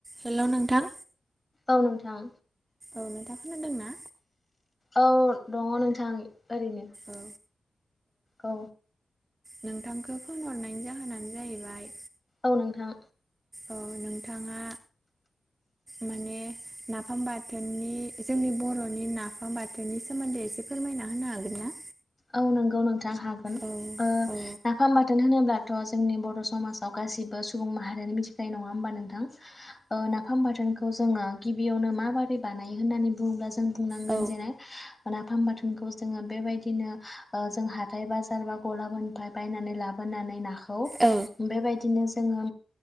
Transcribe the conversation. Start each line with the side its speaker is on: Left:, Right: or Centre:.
Right: Hello नोंथां
Left: औ नोंथां
Right: औ नोंथां खोनादोंना?
Left: औ दङ' नोंथां ओरैनो।
Right: औ
Left: औ
Right: नोंथांखौ फन हरनायनि जाहोनानो जाहैबाय
Left: औ नोंथां।
Right: औ नोंथाङा माने नाफाम बाथोननि जोंनि बर'नि नाफाम बाथोननि सोमोन्दै एसे फोरमायना होनो हागोन ना?
Left: औ नोंगौ नोंथां हागोन,
Right: औ
Left: ओ
Right: औ
Left: नाफाम बाथोन होनोब्ला थ' जोंनि बर' समाजाव गासिबो सुबुं माहारियानो मिथिखायो नङा होमबा नोंथां? नाफाम बाथोनखौ जोङो गिबियावनो माबोरै बानायो होननानै बुङोब्ला जों बुंनांगोन
Right: औ
Left: जेरै नाफाम बाथोनखौ जोङो बेबायदिनो ओ जों हाथाय बाजार बा गलाफोरनिफ्राय बायनानै लाबोनानै नाखौ
Right: औ
Left: बेबायदिनो जोङो